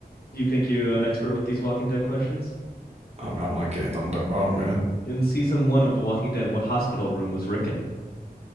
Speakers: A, on the left; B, on the right.
A: You think you are an expert with these Walking Dead questions?
B: I mean, I'm not getting nothing wrong, man.
A: In season one of The Walking Dead, what hospital room was Rick in?